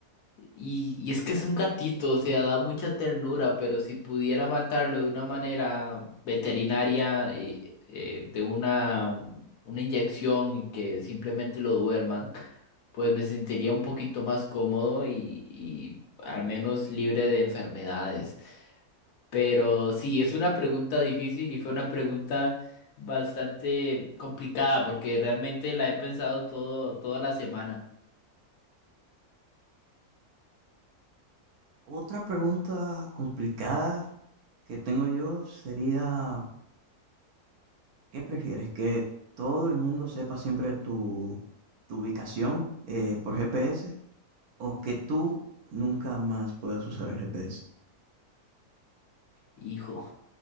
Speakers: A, on the left; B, on the right.
A: Y, y es que es un gatito, o sea, da mucha ternura, pero si pudiera matarlo de una manera veterinaria, eh, eh, de una, una inyección y que simplemente lo duerman, pues me sentiría un poquito más cómodo y, y al menos libre de enfermedades. Pero sí, es una pregunta difícil y fue una pregunta bastante complicada porque realmente la he pensado todo, toda la semana.
B: Otra pregunta complicada que tengo yo sería, ¿qué prefieres? ¿Que todo el mundo sepa siempre tu, tu ubicación eh, por GPS o que tú nunca más puedas usar el GPS?
A: Hijo.